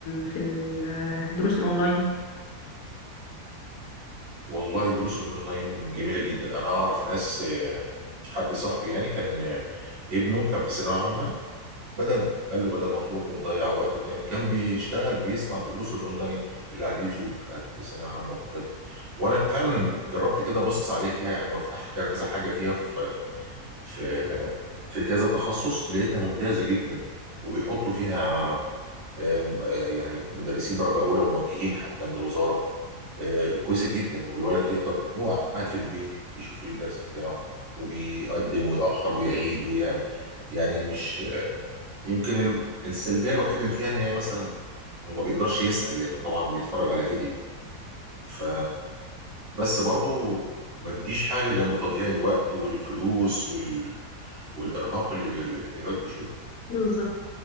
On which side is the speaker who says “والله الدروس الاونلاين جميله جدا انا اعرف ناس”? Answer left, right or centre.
Right